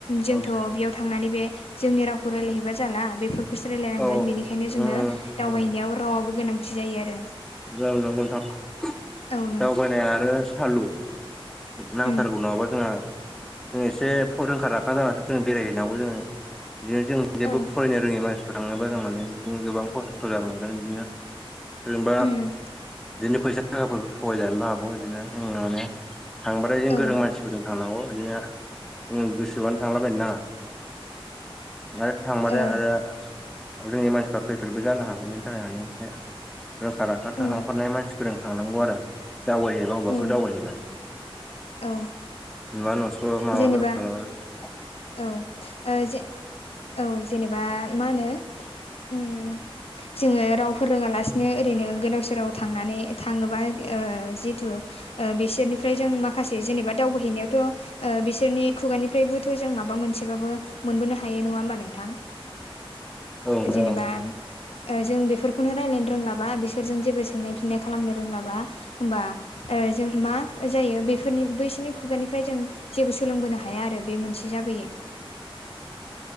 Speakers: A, on the left; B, in the centre.
A: जोंथ'
B: ओं
A: बेयाव थांनानै बे जोंनि रावखौ रायलायहैबा जाला बेफोरखौसो रायलायनांगोन
B: औ
A: बेनिखाय -खायनो जोंनो
B: उम
A: दावबायनायाव
B: औ
A: रावाबबो गोनांथि जायो आरो
B: जों नंगौ नोंथां
A: औ नों
B: दावबायनाया आरो सालु नांथारगौ
A: उम
B: नङाबा जोंहा जों एसे रोंखा राखा जानासो जों बेरायहैनांगौ जोङो बिदिनो जों जेबो
A: औ
B: फरायनो रोङै मानसिफोर थाङोबा जों माने बिदिनो गोबां खस्थ' जागोन मोनगोन बिदिनो
A: ओम
B: बिदिनो फैसा थाखाफोरबो थगायजानोबो हागौ बिदिनो ओं माने थांबाथाय जों
A: औ
B: गोरों मानसिफोरजों थांनांगौ बिदिनो जों गोसोबानो थांलाबायनो नाङा। थांबाथाय
A: औ ओ
B: आरो रोङि मानसिफोरा खैफोदबो जानो हागौ बेनि थाखाय माने एसे रोंखा रा खा
A: उम
B: थांखांखानाय मानसिफोरजों थांनांगौ आरो दावबायहैबा अबेबाफोर
A: उम
B: दावबायहैबा
A: औ।
B: नुवा नुसवा माबाफोर
A: जेनेबा
B: माबाबा
A: औ ओ जे औ जेनेबा मा होनो ओम जोङो राव फोरोङालासिनो ओरैनो गोदाव सोराव थांनानै थाङोबा जिथु बिसोरनिफ्राय जों माखासे जेनेबा दावबायहैनायावथ' बिसोरनि खुगानिफ्रायबो थ' जों माबा मोनसेबाबो मोनबोनो हायो नङा होमबा नोंथां?
B: औ उम
A: जेनेबा
B: नंगौ
A: जों बेफोरखौनो रायलायनो रोंलाबा बिसोरजों जेबो सोंनाय बिनाय खालामनो रोंलाबा होमबा जों मा जायो बेफोरनि बैसोरनि खुगानिफ्राय जों जेबो सोलोंबोनो हाया आरो बे मोनसे ज